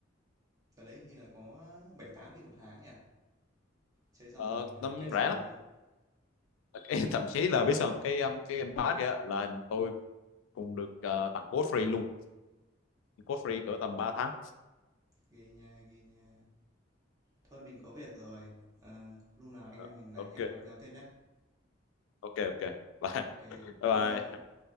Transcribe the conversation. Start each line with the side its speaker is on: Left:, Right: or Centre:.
Right: Ở đấy hình như là có 7 8 nghìn một tháng nhỉ. Chơi xong
Left: Ờ,
Right: rồi mình lại
Left: tấm
Right: cancel
Left: rẻ lắm.
Right: đi.
Left: <laughs> Cái- Thậm chí là biết sao không? cái um, cái Game Pass kìa là tôi cũng được ờ, tặng code free luôn. Code free cỡ tầm ba tháng.
Right: Ghê nha, ghê nha. Thôi mình có việc rồi. Ờ, lúc nào anh
Left: Ờ,
Right: em mình
Left: ok,
Right: lại hẹn gặp nhau tiếp nhá.
Left: ok, ok. Bye.
Right: Ok,
Left: Bye.
Right: bye bye.
Left: bye.